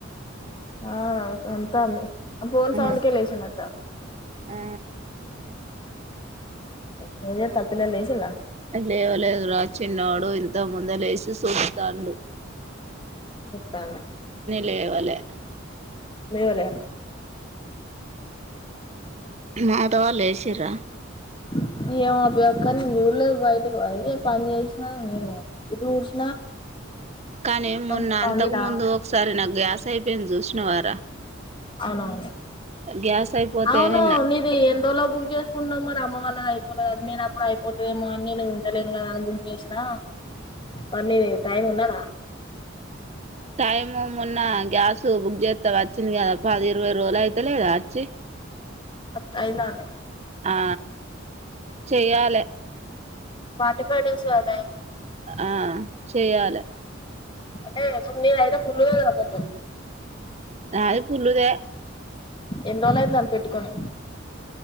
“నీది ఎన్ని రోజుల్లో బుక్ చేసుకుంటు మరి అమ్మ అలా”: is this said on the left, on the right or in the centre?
Left